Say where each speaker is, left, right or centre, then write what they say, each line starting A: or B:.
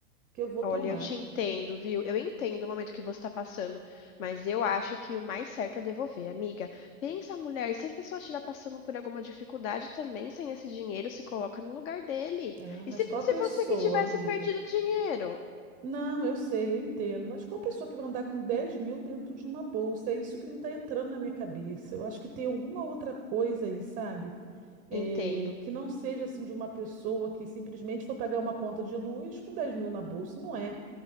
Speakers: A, on the right; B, on the left.
A: que eu vou tomar.
B: Olha, eu te entendo, viu? Eu entendo o momento que você tá passando, mas eu acho que o mais certo é devolver, amiga. Pensa, mulher, se a pessoa estiver passando por alguma dificuldade também sem esse dinheiro, se coloca no lugar dele.
A: Ah, mas
B: E se
A: qual
B: fosse
A: a pessoa,
B: você que tivesse
A: amiga?
B: perdido o dinheiro?
A: Não, eu sei, eu entendo, mas qual pessoa que vai andar com dez mil dentro de uma bolsa? É isso que não está entrando na minha cabeça. Eu acho que tem alguma outra coisa aí, sabe? É,
B: Entendo.
A: que não seja assim de uma pessoa que simplesmente for pegar uma conta de luz com dez mil na bolsa. Não é.